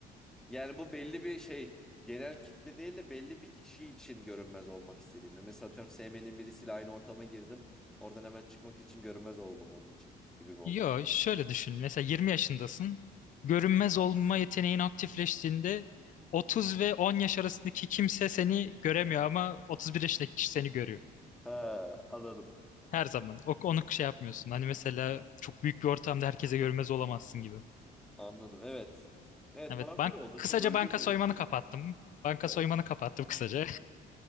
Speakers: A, in the centre; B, on the left.
A: Yani bu belli bir şey genel kitle değil de belli bir kişi için görünmez olmak istediğimde. Mesela atıyorum sevmediğim birisiyle aynı ortama girdim. Oradan hemen çıkmak için görünmez oldum onun için gibi mi olacak?
B: Yo, şöyle düşün. Mesela 20 yaşındasın. Görünmez olma yeteneğin aktifleştiğinde 30 ve 10 yaş arasındaki kimse seni göremiyor ama 31 yaşındaki kişi seni görüyor.
A: Ha anladım.
B: Her zaman. O, onu şey yapmıyorsun. Hani mesela çok büyük bir ortamda herkese görünmez olamazsın gibi.
A: Anladım evet. Evet
B: Evet,
A: makul
B: bank
A: oldu.
B: kısaca
A: Çok öldürmedik
B: banka soymanı
A: şeyi.
B: kapattım. Banka
A: Evet.
B: soymanı kapattım kısaca.